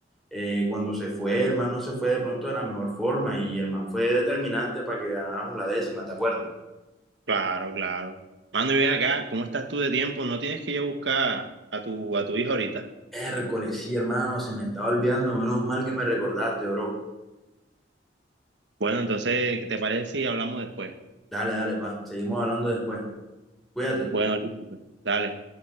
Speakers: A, in the centre; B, on the right.
A: eh, cuando se fue, el man no se fue de pronto de la mejor forma, y el man fue determinante para que ganáramos la décima, ¿te acuerdas?
B: Claro, claro. Mando, y ven acá, ¿cómo estás tú de tiempo? ¿No tienes que ir a buscar a tu, a tu hijo ahorita?
A: Hércules, sí, hermano, se me estaba olvidando, menos mal que me recordaste, bro.
B: Bueno, entonces, ¿qué te parece si hablamos después?
A: Dale, dale, pa, seguimos hablando después. Cuídate.
B: Bueno, listo, pues. Dale.